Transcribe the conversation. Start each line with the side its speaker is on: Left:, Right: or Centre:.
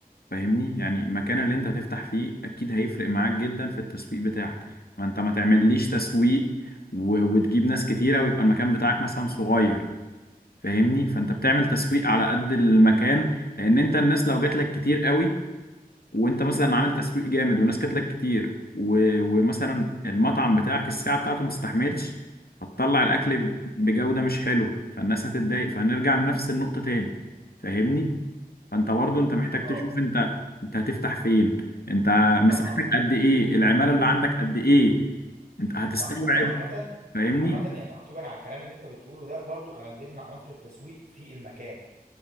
Left: فاهمني يعني المكان اللي انت هتفتح فيه اكيد هيفرق معاك جدا في التسويق بتاعك ما انت ما تعمليش تسويق و... وتجيب ناس كتيرة ويبقى المكان بتاعك مثلا صغير فاهمني فانت بتعمل تسويق على قد المكان لان انت الناس لو جات لك كتير قوي وانت مثلا عامل تسويق جامد والناس جات لك كتير و... ومثلا المطعم بتاعك الساعة بتاعته ما تستحملش هتطلع الاكل بجودة مش حلوة فالناس هتتضايق فهنرجع لنفس النقطة تاني فاهمني فانت برضه انت محتاج
Right: اه
Left: تشوف انت انت هتفتح فين انت مساحتك
Right: طبعا
Left: قد ايه العمالة اللي عندك قد ايه انت هتستوعب
Right: صح صح طبعا عامة
Left: فاهمني
Right: عامة يعني تعقيبا على الكلام اللي انت بتقوله ده برضو انا لقيت من عناصر التسويق في المكان